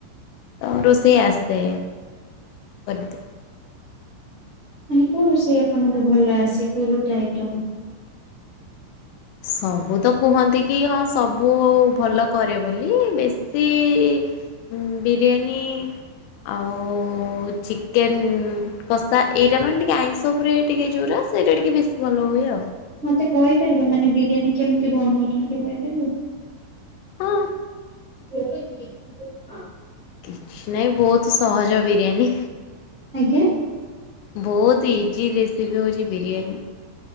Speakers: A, on the left; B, on the right.
A: ତ ରୋଷେଇ ଆସେ କରିଦିଏ।
B: ମାନେ କୋଉ ରୋଷେଇ ଆପଣଙ୍କୁ ଭଲ ଆସେ କୋଉ ଗୋଟେ ଆଇଟମ?
A: ସବୁ ତ କୁହନ୍ତି କି ହଁ ସବୁ ଆଉ ଭଲ କରେ ବୋଲି ବେଶି ଉଁ ବିରିୟାନୀ। ଆଉ ଚିକେନ୍ କଷା ଏଇଟା ମାନେ ଟିକେ ଆଇଁଷ ଉପରେ ଟିକେ ଯୋଉରା ସେଇଟା ଟିକେ ବେଶୀ ଭଲ ହୁଏ ଆଉ।
B: ମତେ କହିପାରିବେ ମାନେ ବିରିୟାନୀ କେମିତି ବନଉଛନ୍ତି କହିପାରିବେ।
A: ହଁ
B: <unintelligible>
A: କିଛି ନାଇଁ ବହୁତ୍ ସହଜ ବିରିୟାନି।
B: ଆଜ୍ଞା।
A: ବହୁତ୍ ଇଜି ରେସିପି ହେଉଚି ବିରିୟାନୀ।